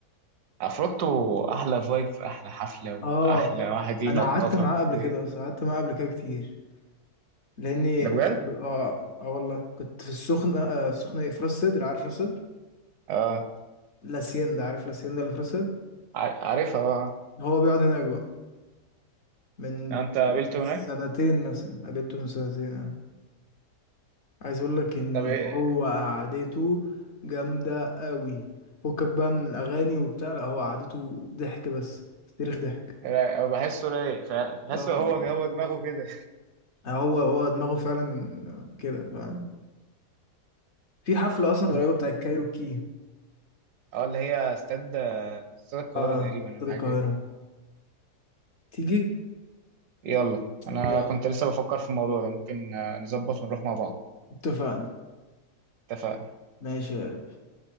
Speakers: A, on the right (about 75°); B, on the left (about 55°).
A: عفروتو احلى فايب في احلى حفله
B: اه
A: واحلى واحد ينططك
B: انا قعدت معاه قبل
A: و...
B: كده اصلا قعدت معاه قبل كده كتير لاني
A: ده بجد
B: كنت اه اه والله كنت في السخنه آه في السخنه ايه في راس سدر عارف راس سدر
A: اه
B: لاسيان ده عارف لاسيان ده اللي في راس سدر
A: ع- عارفها اه
B: هو بيقعد هناك بقى من
A: لو انت قابلته
B: من سنتين
A: هناك
B: مثلا قابلته من سنتين آه. عايز اقول لك ان
A: طب ايه
B: هو قعدته جامده قوي فكك بقى من الاغاني وبتاع لا هو قعدته ضحك بس تاريخ ضحك
A: رايق. أه، بحسه رايق فعلا بحسه
B: اه
A: هو هو دماغه كده
B: هو هو دماغه فعلا كده فاهم في حفله اصلا قريبه بتاعت كايروكي
A: <laughs> اه اللي هي استاد استاد القاهره
B: اه
A: تقريبا
B: استاد
A: او حاجه
B: القاهرة
A: كده.
B: تيجي
A: يلا انا
B: يلا
A: كنت لسه بفكر في الموضوع ده ممكن آه، نظبط ونروح مع بعض
B: اتفقنا
A: اتفقنا
B: ماشي يا قلبي